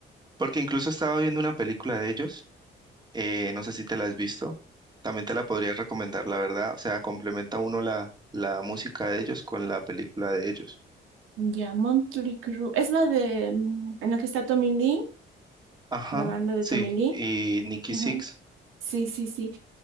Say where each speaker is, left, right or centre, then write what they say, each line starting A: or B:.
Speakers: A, on the right (about 20°); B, on the right (about 90°).
A: porque incluso estaba viendo una película de ellos. eh, no sé si te la has visto. También te la podría recomendar, la verdad. O sea, complementa uno la, la música de ellos con la película de ellos.
B: Ya, Motley Crue. Es la de, mm, en la que está Tommy Lee,
A: Ajá,
B: la banda de
A: sí,
B: Tommy Lee.
A: y Nicky
B: Ajá.
A: Six.
B: Sí, sí, sí.